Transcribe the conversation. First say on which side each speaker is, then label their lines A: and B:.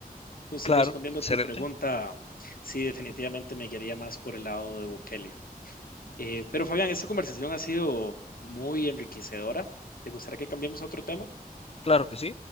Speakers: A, on the left (about 65°); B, on the left (about 40°).
A: Entonces,
B: Claro,
A: respondiendo
B: excelente,
A: a tu pregunta, sí, definitivamente me guiaría más por el lado de Bukele. Eh, pero Fabián, esta conversación ha sido muy enriquecedora. ¿Te gustaría que cambiemos a otro tema?
B: claro que sí.